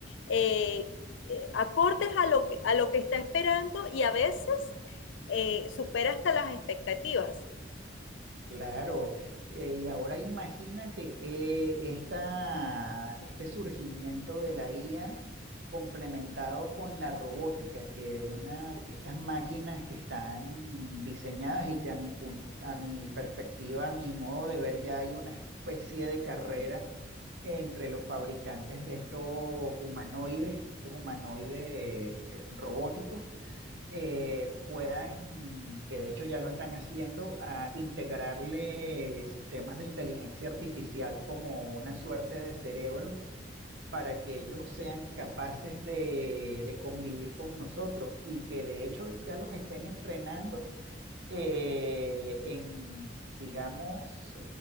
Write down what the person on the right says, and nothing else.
Claro, eh, y ahora imagínate eh, esta, este surgimiento de la IA complementado con la robótica, que, una, que estas máquinas que están diseñadas y que a mi, pun- a mi perspectiva, a mi modo de ver, ya hay una especie de carrera entre los fabricantes de estos humanoides, de estos humanoides eh, robóticos eh, puedan, que de hecho ya lo están haciendo, a integrarle sistemas de inteligencia artificial como una suerte de cerebro para que ellos sean capaces de, de convivir con nosotros y que de hecho ya los estén entrenando eh, en, digamos,